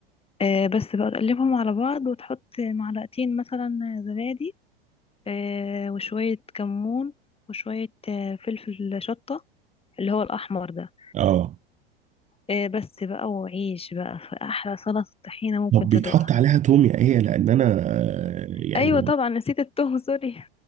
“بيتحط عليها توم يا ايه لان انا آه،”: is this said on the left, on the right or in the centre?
Right